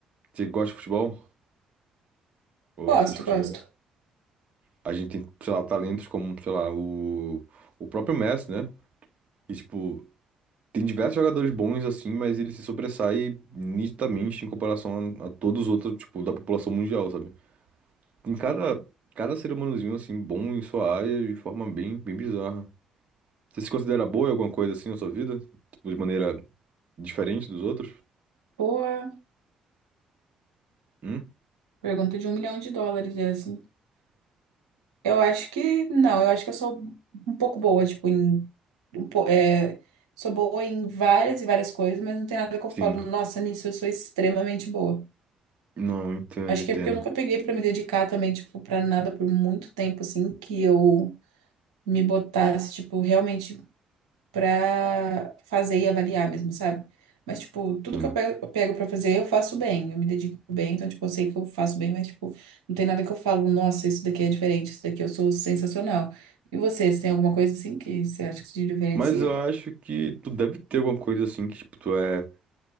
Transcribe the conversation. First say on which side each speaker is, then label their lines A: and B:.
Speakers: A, on the right; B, on the right.
A: Você gosta de futebol? Ou
B: Gosto,
A: assiste futebol?
B: gosto.
A: A gente tem, sei lá, talentos como, sei lá, o, o próprio Messi, né? Que, tipo, tem diversos jogadores bons assim, mas ele se sobressai nitidamente em comparação a, a todos os outros, tipo, da população mundial, sabe? Tem cada, cada ser humanozinho, assim, bom em sua área de forma bem, bem bizarra. Você se considera boa em alguma coisa assim na sua vida? Tipo, de maneira diferente dos outros?
B: Boa.
A: Hum?
B: Pergunta de um milhão de dólares, é assim. Eu acho que não, eu acho que eu sou um pouco boa, tipo, em, um po- é, sou boa em várias e várias coisas, mas não tem nada que eu
A: Sim.
B: falo, nossa, nisso eu sou extremamente boa.
A: Não, entendo,
B: Acho
A: entendo.
B: que é porque eu nunca peguei pra me dedicar também, tipo, pra nada por muito tempo, assim, que eu me botasse, tipo, realmente pra fazer e avaliar mesmo, sabe? Mas, tipo, tudo
A: Sim.
B: que eu pe- eu pego pra fazer, eu faço bem, eu me dedico bem, então, tipo, eu sei que eu faço bem, mas, tipo, não tem nada que eu falo, nossa, isso daqui é diferente, isso daqui eu sou sensacional. E você, você tem alguma coisa assim que você acha que se diferencia?
A: Mas eu acho que tu deve ter alguma coisa assim que, tipo, tu é